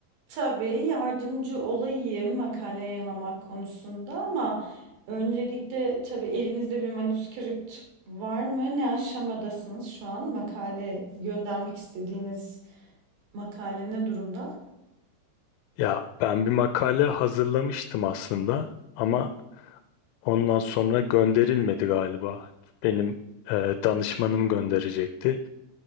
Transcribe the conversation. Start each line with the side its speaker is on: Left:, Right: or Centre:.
Right: Tabii yardımcı olayım makale yayınlamak konusunda ama öncelikle tabii elinizde bir manuskript var mı? Ne aşamadasınız şu an? Makale göndermek istediğiniz makale ne durumda?
Left: Ya ben bir makale hazırlamıştım aslında ama Ondan sonra gönderilmedi galiba. Benim e, danışmanım gönderecekti.